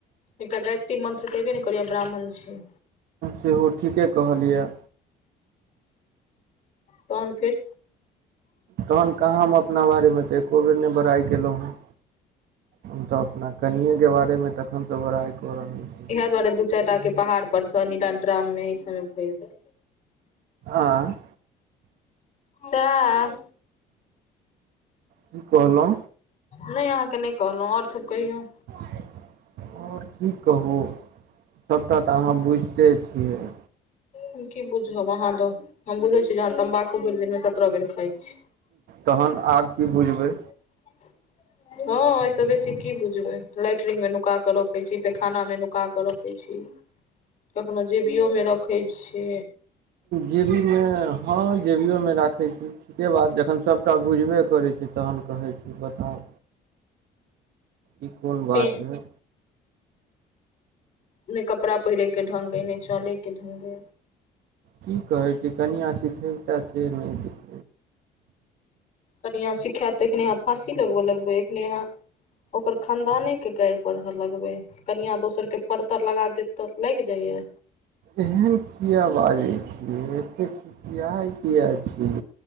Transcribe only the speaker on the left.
एकटा गायातत्री मंत्र तऽबे ने करियए ब्राह्मण छी
तहन फेर
इएह दुआरे दू चारि टा के पहाड़ पर स नीलाड्राम में इ सब मे भरि दै
चाह
नहि अहाँ के नहि कहलहुँ और सभ कहियौ
हम की बुझब अहाँ द हम बुझै छी जे अहाँ तम्बाकू भरि दिनमे सत्तरह बेर खाइ छी
ह <inaudible> हँ अय स बेसी की बुझबै लाइट्रंग मे नुका क रोखे छी पेखाना में नुका सुका के रखे छी कखनो जेबियो मे रखे छी
पे
नहि कपड़ा पहिरयके ढंग अइ नहि चलयके ढंग अइ
कनिआँ सिखायत तेखने अहाँ फाँसी लगबऽ लगबै एखने अहाँ ओकर खानदाने के गाड़ि पढ़ लगबे कनिया दोसर के परतर लगा देत तऽ लगि जाइया